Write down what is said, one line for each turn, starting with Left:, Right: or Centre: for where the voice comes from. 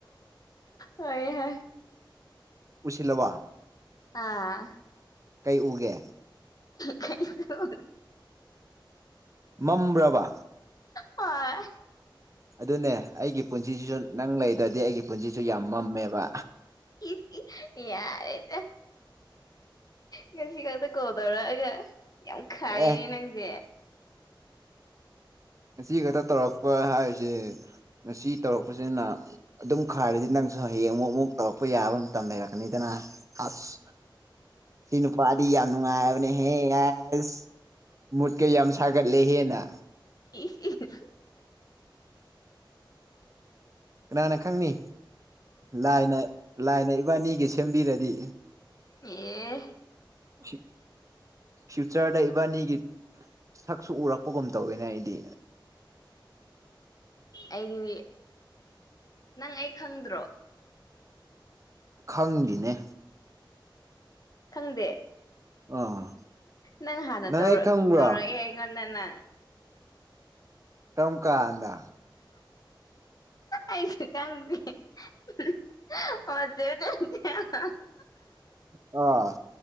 Left: ꯍꯣꯢ ꯍꯣꯏ
Right: ꯎꯨꯢꯁꯤꯜꯂꯕ
Left: ꯑꯥ
Right: ꯀꯩ ꯎꯒꯦ
Left: ꯀꯩꯅꯣ
Right: ꯃꯝꯕ꯭ꯔꯥꯕ
Left: ꯍꯣꯢ
Right: ꯑꯗꯨꯅꯦ ꯑꯩꯒꯤ ꯄꯨꯟꯁꯤꯁꯤꯁꯨ ꯅꯪ ꯂꯩꯗ꯭ꯔꯗꯤ ꯑꯩꯒꯤ ꯄꯨꯟꯁꯤꯁꯨ ꯌꯥꯝ ꯃꯝꯃꯦꯕ
Left: ꯢꯁ ꯢꯁ ꯌꯥꯔꯦꯗ ꯉꯁꯤ ꯈꯛꯇ ꯀꯣꯜ ꯇꯧꯔꯛꯑꯒ ꯌꯥꯝ ꯈꯥꯏꯅꯦ
Right: ꯑꯦ
Left: ꯅꯪꯁꯦ
Right: ꯉꯁꯤ ꯈꯛꯇ ꯇꯧꯔꯛꯄ ꯍꯥꯏꯔꯤꯁꯤ ꯉꯁꯤ ꯇꯧꯔꯛꯄꯁꯤꯅ ꯑꯗꯨꯝ ꯈꯥꯢꯔꯗꯤ ꯅꯪꯁꯨ ꯍꯌꯦꯡ ꯑꯃꯨꯛ ꯑꯃꯨꯛ ꯇꯧꯔꯛꯄ ꯌꯥꯕ ꯃꯇꯝ ꯂꯩꯔꯛꯀꯅꯤꯗꯅ ꯑꯁ ꯁꯤ ꯅꯨꯄꯥꯗꯤ ꯌꯥꯝ ꯅꯨꯡꯉꯥꯏꯕꯅꯦ ꯍꯦ ꯑꯁ ꯃꯨꯠꯀ ꯌꯥꯝ ꯁꯥꯒꯠꯂꯦ ꯍꯥꯢꯅ
Left: ꯢꯁ ꯢꯁ
Right: ꯀꯅꯥꯅ ꯈꯪꯅꯤ ꯂꯥꯏꯅ ꯂꯥꯏꯅ ꯏꯕꯥꯅꯤꯒꯤ ꯁꯦꯝꯕꯤꯔꯗꯤ
Left: ꯑꯦ
Right: ꯁꯤ ꯐ꯭ꯌꯨꯆꯔꯗ ꯏꯕꯥꯅꯤꯒꯤ ꯁꯥꯛꯁꯨ ꯎꯔꯛꯄꯒꯨꯝ ꯇꯧꯋꯤꯅ ꯑꯩꯗꯤ
Left: ꯑꯩꯒꯤꯗꯤ ꯅꯪ ꯑꯩ ꯈꯪꯗ꯭ꯔꯣ
Right: ꯈꯪꯗꯦꯅꯦ
Left: ꯈꯪꯗꯦ
Right: ꯑꯥ
Left: ꯅꯪ ꯍꯥꯟꯅ ꯇꯧꯔꯛ
Right: ꯑꯩ ꯈꯪꯕ꯭ꯔꯣ
Left: ꯇꯧꯔꯛꯑꯦ ꯑꯩꯉꯣꯟꯗ ꯅꯪ
Right: ꯀꯔꯝꯒꯥꯟꯗ
Left: ꯑꯩꯁꯨ ꯈꯪꯗꯦ <unintelligible> <unintelligible>
Right: ꯑꯥ